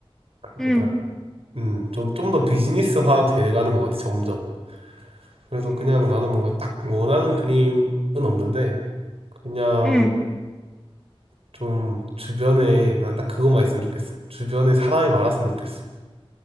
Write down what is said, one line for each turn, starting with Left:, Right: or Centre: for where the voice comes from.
Right: 그러니까
Centre: 응,
Right: 음좀 좀좀 더 비즈니스화 돼가는 것 같아 점점 그래서
Centre: 음.
Right: 그냥 나는 뭔가 딱 원하는 그림은 없는데 그냥
Centre: 응.
Right: 좀 주변에 난 딱 그것만 있으면 좋겠어 주변에 사람이 많았으면 좋겠어